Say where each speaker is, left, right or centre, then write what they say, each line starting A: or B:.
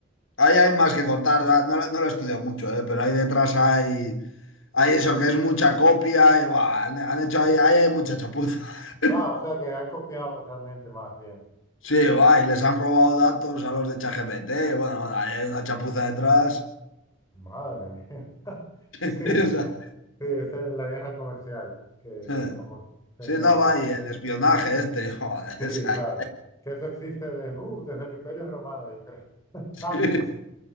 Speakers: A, on the left; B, on the left.
A: Ahí hay más que cortar, ¿verdad? no, lo no lo he estudiado mucho, ¿eh? Pero ahí detrás hay, Hay eso, que es mucha copia y buah, han, han hecho ahí, ahí hay mucha chapuza. <laughs>
B: Ah, o sea que han copiado realmente más bien.
A: Sí, va, y les han robado datos a los de ChatGPT. y Bueno, bueno, ahí hay una chapuza detrás.
B: Madre mía. <laughs>
A: <laughs>
B: Sí,
A: O
B: sí, esa es la guerra comercial que,
A: sea,
B: que estamos teniendo.
A: sí, no, va, y el espionaje este. <laughs> joder,
B: Sí,
A: o sea,
B: claro. Que eso existe desde, uh, desde el Imperio Romano, yo creo. <laughs>
A: sí,
B: Antes.